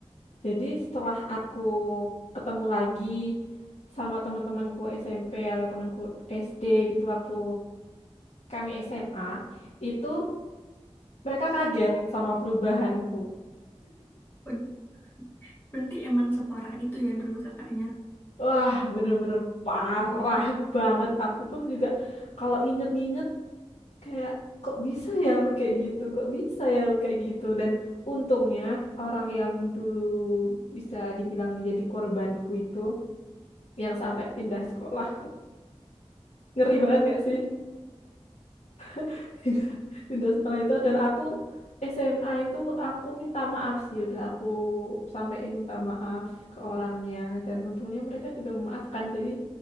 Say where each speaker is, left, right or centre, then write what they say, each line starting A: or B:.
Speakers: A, on the left; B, on the left.
A: Jadi setelah aku ketemu lagi sama teman-temanku SMP atau temanku SD gitu waktu kami SMA, itu mereka kaget sama perubahanku.
B: ber- berarti emang separah itu ya dulu kakaknya.
A: Wah, bener-bener parah banget. Aku pun juga kalau nginget-nginget kayak kok bisa ya aku kayak gitu kok bisa ya aku kayak gitu dan untungnya orang yang dulu bisa dibilang jadi korbanku itu yang sampai pindah sekolah <laughs> ngeri
B: Waduh.
A: banget gak sih <laughs> pindah pindah sekolah itu dan aku SMA itu aku minta maaf sih udah aku sampein minta maaf ke orangnya dan untungnya mereka juga memaafkan jadi